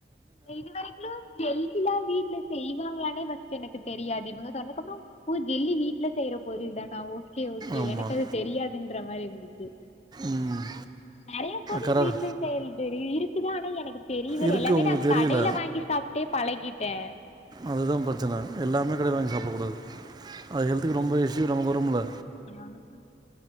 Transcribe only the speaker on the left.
இது வரைக்குமலு ஜெல்லில்லா வீட்ல செய்வாங்களானே ஃபஸ்ட் எனக்கு தெரியாது இவங்க சொன்னக்கப்புறோ ஊ ஜெல்லி வீட்ல செய்யற பொருள் தானா ஓ கே ஓகே
எனக்கு அது தெரியாதுன்ற மாரி இருந்துச்சி
நெறைய பொருள்
வீட்டு செயல் தெரி இருக்குதானா எனக்கு தெரியவே இல்ல
எல்லாமே
நா
கடையில வாங்கி சாப்பிட்டே பழகிட்டே
நானும் போங்க